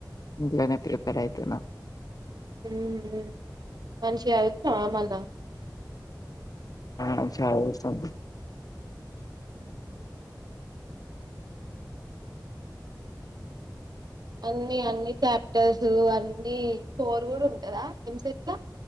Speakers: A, on the left; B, on the right.
A: ఇంట్లోనే ప్రిపేర్ అయితున్నా.
B: ఉమ్ మ్ మంచిగడువుతున్నావా. మళ్ళ
A: ఆ చాలా ఇష్టం
B: ఉహ్ అన్ని అన్ని చాప్టర్స్, అన్ని కోర్ గూడా ఉంటదా? ఎం. సెట్ ల.